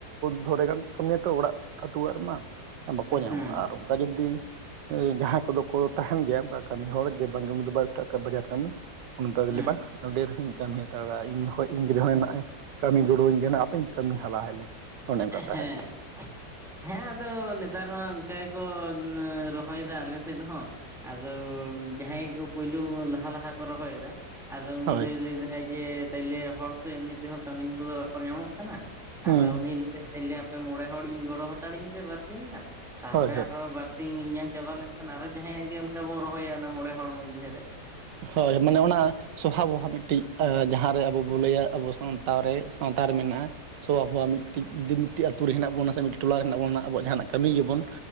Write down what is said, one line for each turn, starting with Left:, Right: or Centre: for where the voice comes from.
Right: ᱫᱷᱚᱨᱮ ᱜᱟᱱ ᱠᱚ ᱠᱟᱹᱢᱤᱭᱟ ᱛᱚ ᱚᱲᱟᱜ ᱟᱹᱛᱩ ᱚᱲᱟᱜ ᱨᱮᱢᱟ ᱵᱟᱠᱚ ᱧᱟᱢᱚᱜᱼᱟ
Centre: ᱦᱩᱸ
Right: ᱟᱨ ᱚᱱᱠᱟ ᱡᱩᱫᱤᱼᱼ ᱡᱟᱦᱟᱸᱭ ᱠᱚ ᱫᱚ ᱠᱚ ᱛᱟᱦᱮᱸᱱ ᱜᱮᱭᱟ ᱚᱱᱠᱟ ᱠᱟᱹᱢᱤ ᱦᱚᱲ ᱡᱮ ᱵᱟᱝ ᱜᱮ ᱩᱱᱤ ᱫᱚ ᱵᱟᱭ ᱩᱴᱷᱟᱹᱜᱼᱟ ᱵᱟᱡᱟᱨ ᱠᱟᱹᱢᱤ ᱚᱱᱠᱟ ᱫᱚᱭ
Centre: ᱦᱩᱸ
Right: ᱞᱟᱹᱭᱟ ᱵᱟᱝ ᱱᱚᱸᱰᱮ ᱨᱮᱦᱚᱧ <unintelligible> ᱠᱟᱹᱢᱤ ᱦᱟᱛᱟᱲᱟ ᱤᱧ ᱡᱚᱠᱷᱚᱡ ᱤᱧ ᱨᱮ ᱦᱚᱸ ᱱᱟᱦᱟᱜᱼᱮ ᱠᱟᱹᱢᱤ ᱜᱚᱲᱚᱣᱟᱹᱧ ᱜᱮᱭᱟ ᱦᱟᱯᱮᱧ ᱠᱟᱹᱢᱤ ᱦᱟᱞᱟ ᱦᱟᱭ ᱞᱮ ᱜᱮ ᱚᱱᱮ ᱚᱱᱠᱟ ᱛᱟᱦᱮᱸᱱᱟ᱾
Centre: ᱦᱮᱸ ᱦᱮᱸ ᱟᱫᱚ ᱱᱮᱛᱟᱨ ᱢᱟ ᱚᱱᱠᱟ ᱜᱮ ᱠᱚ ᱨᱚᱦᱚᱭ ᱮᱫᱟ ᱟᱞᱮ ᱥᱮᱫ ᱦᱚᱸ ᱟᱫᱚ ᱡᱟᱦᱟᱸᱭ ᱠᱚ ᱯᱳᱭᱞᱳ ᱞᱟᱦᱟ ᱞᱟᱦᱟ ᱠᱚ ᱨᱚᱦᱚᱭ ᱮᱫᱟ ᱟᱫᱚ ᱩᱱᱤ
Right: ᱦᱳᱭ
Centre: ᱫᱚᱭ ᱞᱟᱹᱭ ᱫᱟᱭ ᱡᱮ ᱛᱟᱭᱞᱮ ᱦᱚᱲ ᱛᱚ ᱮᱢᱱᱤ ᱛᱮᱦᱚᱸ ᱠᱟᱹᱢᱤᱱ ᱠᱚᱫᱚ ᱵᱟᱠᱚ ᱧᱟᱢᱚᱜ ᱠᱟᱱᱟ᱾
Right: ᱦᱩᱸ
Centre: ᱟᱫᱚ ᱩᱱᱤ ᱞᱟᱹᱭ ᱫᱟᱭ ᱛᱟᱭᱞᱮ ᱟᱯᱮ ᱢᱚᱬᱮ ᱦᱚᱲ ᱤᱧ ᱜᱚᱲᱚ ᱦᱟᱛᱟᱲᱤᱧ ᱯᱮ ᱵᱟᱨᱥᱤᱧ ᱜᱟᱱ ᱛᱟᱨ
Right: ᱦᱳᱭ
Centre: ᱯᱚᱨᱮ
Right: ᱦᱳᱭ
Centre: ᱟᱨᱦᱚᱸ ᱵᱟᱨᱥᱤᱧ ᱥᱤᱧ ᱤᱧᱟᱝ ᱪᱟᱵᱟ ᱞᱮᱱ ᱠᱷᱟᱱ ᱟᱨᱚ ᱡᱟᱦᱟᱸᱭᱟᱜ ᱜᱮ ᱚᱱᱠᱟ ᱵᱚᱱ ᱨᱚᱦᱚᱭᱟ ᱚᱱᱟ ᱢᱚᱬᱮ ᱦᱚᱲ ᱢᱚᱫᱽᱫᱷᱮ ᱨᱮᱼᱼ
Right: ᱦᱳᱭ ᱢᱟᱱᱮ ᱚᱱᱟ ᱥᱚᱦᱟ ᱵᱚᱦᱟ ᱢᱤᱫ ᱴᱤᱡ ᱡᱟᱦᱟᱸ ᱨᱮ ᱟᱵᱚᱼᱼ ᱵᱚ ᱞᱟᱹᱭᱟ ᱟᱵᱚ ᱥᱟᱶᱛᱟ ᱨᱮ ᱥᱟᱶᱛᱟ ᱨᱮ ᱢᱮᱱᱟᱜᱼᱟ ᱥᱚ ᱟᱵᱚᱣᱟᱜ ᱢᱤᱫ ᱴᱤᱡ ᱡᱩᱫᱤ ᱢᱤᱫ ᱴᱤᱡ ᱢᱤᱫ ᱴᱤᱡ ᱟᱹᱛᱳ ᱨᱮ ᱦᱮᱱᱟᱜ ᱵᱚᱱᱟ ᱥᱮ ᱢᱤᱫ ᱴᱚᱞᱟ ᱨᱮ ᱦᱮᱱᱟᱜ ᱵᱚᱱᱟ ᱟᱵᱚ ᱡᱟᱦᱟᱸᱱᱟᱜ ᱠᱟᱹᱢᱤ ᱜᱮᱵᱚᱱ